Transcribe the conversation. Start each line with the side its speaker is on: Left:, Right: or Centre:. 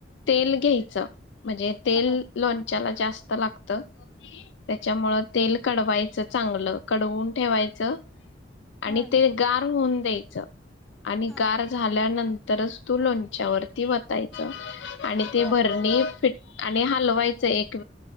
Left: तेल घ्यायचं म्हणजे तेल
Centre: हा
Left: लोणच्याला जास्त लागतं. त्यांच्यामुळ तेल कडवायचं चांगलं कडवून ठेवायचं. आणि
Centre: हम्म
Left: ते गारहून तेच आणि
Centre: हम्म
Left: गार झाल्यानंत तरच तू लोणच्यावरती वतायच आणि ते
Centre: बर
Left: भरणी फिट आणि हलवायचं एक